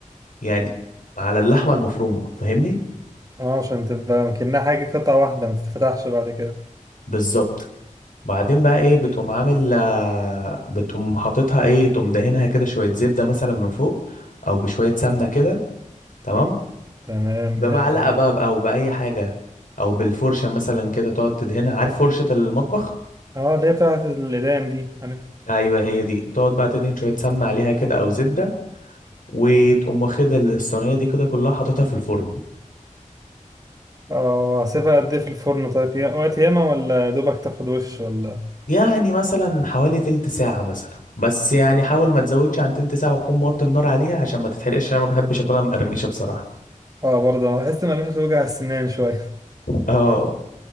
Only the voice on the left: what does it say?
يعني على اللحمة المفرومة فاهمني
بالظبط بعدين بقى ايه بتقوم عامل آه، بتقوم حاططها ايه تقوم دهنها كده شوية زبدة مثلا من فوق او بشوية سمنة كده تمام
بمعلقة
بقى بقى او بأي حاجة او بالفرشة مثلا كده تقعد تدهنها عارف فرشة المطبخ
ايوه هي دي تقعد بقى تدهن شوية سمنة عليها كده او زبدة وتقوم واخد الصينية دي كده كلها حاططها في الفرن
يعني مثلا حوالي تلت ساعة مثلا بس يعني حاول ما تزودش عن تلت ساعة وتكون موطي النار عليها عشان ما تتحرقش انا ما بحبش اكلها مقرمشة بصراحة
اه